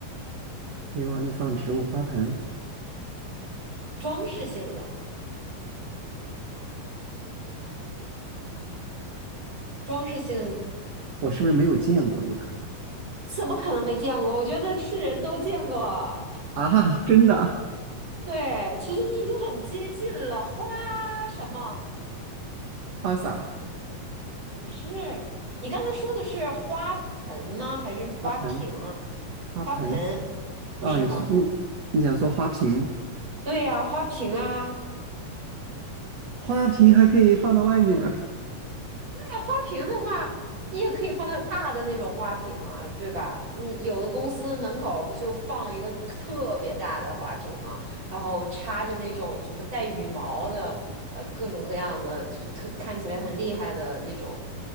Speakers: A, on the right; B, on the right.
A: 可以往里放植物花盆，
B: 装饰性的，装饰性，
A: 我是不是没有见过？有可能
B: 怎么可能没见过？我觉得是人都见过。
A: 啊，真的啊
B: 对，其实你已经很接近了。花什么？
A: 花洒、
B: 不是，你刚才说的是花盆吗？还是花瓶啊
A: 花盆、花盆
B: 花盆，不是花盆。
A: 啊？你说你你想说花瓶？
B: 对呀、花瓶啊，
A: 花瓶还可以放到外面啊。
B: 大花瓶的话，你也可以放在大的那种花瓶啊，对吧？你有的公司门口不就放一个特别大的花瓶吗？然后插着那种什么带羽毛的，呃，各种各样的，就特看起来很厉害的那种